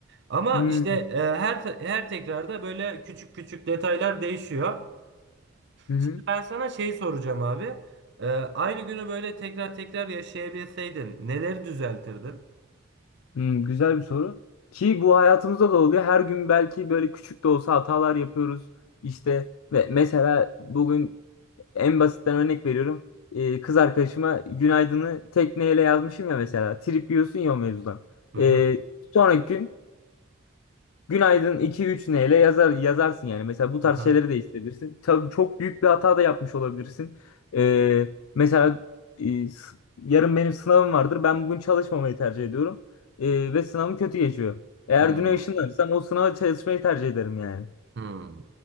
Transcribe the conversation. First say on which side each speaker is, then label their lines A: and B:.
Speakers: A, on the right; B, on the left.
A: Ama
B: hı,
A: işte e, her her tekrarda böyle küçük küçük detaylar değişiyor.
B: hı hı.
A: Şimdi ben sana şey soracağım abi. Ee, aynı günü böyle tekrar tekrar yaşayabilseydin neleri düzeltirdin?
B: Hmm, Güzel bir soru. Ki bu hayatımızda da oluyor. Her gün belki böyle küçük de olsa hatalar yapıyoruz. İşte ve mesela bugün en basitten örnek veriyorum. Ee, kız arkadaşıma günaydını tekneyle yazmışım ya mesela. Trip yiyorsun ya o mevzudan.
A: Hı hı.
B: Ee, sonraki gün Günaydın iki üç neyle yazar yazarsın yani. Mesela bu tarz
A: Aha.
B: şeyleri değiştirebilirsin. Tabii çok büyük bir hata da yapmış olabilirsin. Ee, mesela e, s- yarın benim sınavım vardır. Ben bugün çalışmamayı tercih ediyorum. Ee, ve sınavım kötü geçiyor. Eğer
A: Hı.
B: düne ışınlanırsam o sınava çalışmayı tercih ederim yani.
A: Hmm.